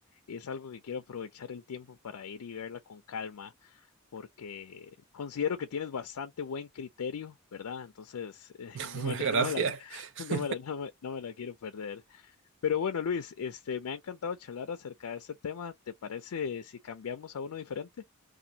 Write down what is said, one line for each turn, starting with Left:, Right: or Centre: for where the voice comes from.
Left: es algo que quiero aprovechar el tiempo para ir y verla con calma. porque considero que tienes bastante buen criterio, ¿verdad? Entonces, <laughs> eh,
Right: <laughs>
Left: no me la,
Right: Gracias.
Left: no me la, <laughs> no
Right: <laughs>
Left: me la, no me- no me la quiero perder. Pero bueno, Luis, este, me ha encantado charlar acerca de este tema. ¿Te parece si cambiamos a uno diferente?